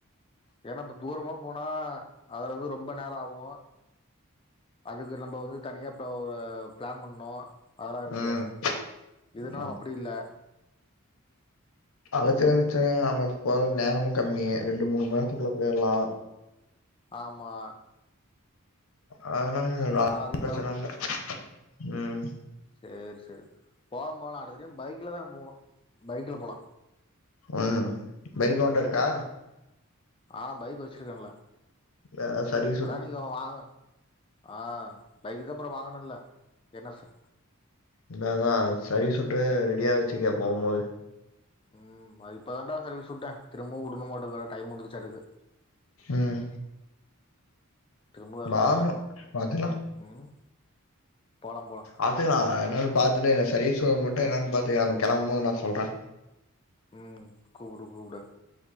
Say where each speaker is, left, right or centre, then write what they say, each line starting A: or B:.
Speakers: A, on the left; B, on the left.
A: ஏனா இப்ப தூரமா போனா அல வந்து ரொம்ப நேரோ ஆகு இதுக்கு நம்ம வந்து தனியா ஒரு ப்ளான் பண்ணு அதெல்லா இருக்கு
B: ம்
A: இததுனாலா
B: ஆமா
A: அப்டி இல்ல
B: அலச்சலு மிச்சோ நம்ம போற நேரமு கம்மி ரெண்டு மூணு மண்நேரத்துக்குள்ள பொயிர்லா
A: ஆமா
B: அதனாலதா சொல்றே
A: அதனால
B: அது
A: அதையு
B: பிரச்சன இல்ல ம்
A: சேர் சேரி போல போலா அடுத்த டைம் பைக்லதா போணு பைக்ல போலா
B: ம் பைக் ஓண்ட இருக்கா
A: அ பைக் வச்சிருக்கேன்ல
B: ஆ சரி
A: அதா நீங்கோ அங்க வாங்க ஆ பைகுகு அப்பறோ வாங்கனல்ல என்னச
B: இன்னதா சர்வீஸ் சுட்டு ரெடியா வெச்சுக போம்மோது
A: ம் அரிப் இப்பதான்டா சர்வீஸ் வுட்டே திரும்பவு வுடுனுமாட்டுதுறா டைம் முடிஞ்சிச்சாட்டகு
B: ம்
A: திரும்புதலா
B: வாங்கணு பாத்துக்கலா
A: ம் போலாம் போலா
B: ஆத்துக்கலா என்னனு பாத்துட்டு எனக் சர்வீஸ் வுர மட்டு என்னன் பாத்துக நமக் கெளம்போது நா சொல்றே
A: ம் கூப்புடு கூப்டு